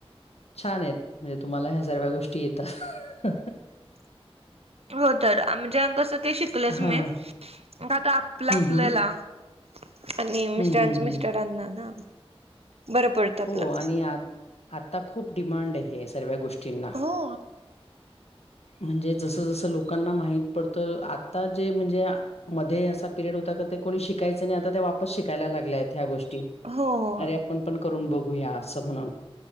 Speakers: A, on the left; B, on the right.
A: छान आहेत म्हणजे तुम्हाला ह्या सर्व्या गोष्टी येतात.
B: हो तर म्हणजे कसं ते शिकलेच
A: हां.
B: मी मग आता आपलं
A: हं,
B: आपल्याला
A: हं.
B: आणि मिस्टरांच
A: हं, हं, हं.
B: मिस्टरांना ना बरं पडतं आपलं.
A: हो आणि आ आता खूप डिमांड आहे सर्व्या गोष्टी ष्टीना
B: हो
A: म्हणजे जसं जसं लोकांना माहीत पडतं आता जे म्हणजे मध्ये असा पिरियड होता का ते कोणी शिकायचं नाही आता त्या वापस शिकायला लागल्या आहेत ह्या गोष्टी
B: हो हो.
A: अरे आपण पण करून बघूया असं म्हणून